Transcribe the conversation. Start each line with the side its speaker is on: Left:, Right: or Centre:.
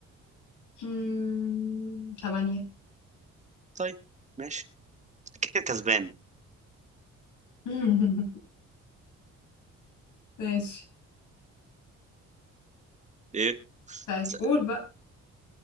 Left: مم، تمانية
Right: طيب ماشي كده كسبان
Left: <laughs> ماشي
Right: ايه
Left: طيب
Right: س-
Left: قول بقى